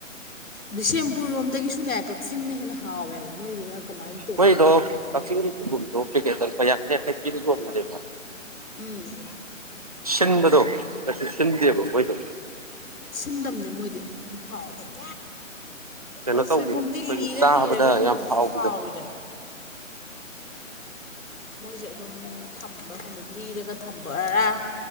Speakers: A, on the left; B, on the right.
A: ꯕꯤꯁꯦꯝꯄꯨꯔ ꯂꯣꯝꯗꯒꯤꯁꯨꯅꯦ ꯀꯛꯆꯤꯡꯅ ꯍꯦꯟꯅ ꯍꯥꯎꯋꯦꯕ ꯃꯣꯏꯗꯨꯅ ꯀꯃꯥꯏꯅ ꯇꯣꯞ
B: ꯃꯣꯏꯗꯣ
A: ꯇꯣꯞꯄ ꯃꯍꯥꯎꯑꯃ
B: <unintelligible>
A: ꯎꯝ
B: ꯁꯤꯟꯕꯗꯣ ꯀꯩꯁꯨ ꯁꯤꯟꯗꯦꯕ ꯃꯣꯏꯗꯣ
A: ꯁꯤꯟꯗꯕꯅꯤ ꯃꯣꯏꯗꯤ ꯍꯥꯎꯕꯅꯤ
B: ꯀꯩꯅꯣ
A: ꯑ
B: ꯇꯧꯕꯤꯅꯦ
A: ꯁꯣꯏꯕꯨꯝꯗꯤ
B: ꯑꯩꯈꯣꯏꯒꯤ
A: ꯂꯤꯔ
B: ꯆꯥꯕꯗ
A: ꯂꯤꯔꯒ ꯍꯦꯟꯅꯁꯨ
B: ꯌꯥꯝ ꯍꯥꯎꯕꯤꯗꯣ
A: ꯍꯥꯎꯋꯤꯗꯅ ꯃꯣꯏꯁꯦ ꯑꯗꯨꯝ ꯊꯝꯕ꯭ꯔꯥ ꯈꯪꯗꯤꯦ ꯂꯤꯔꯒ ꯊꯝꯕꯔꯥ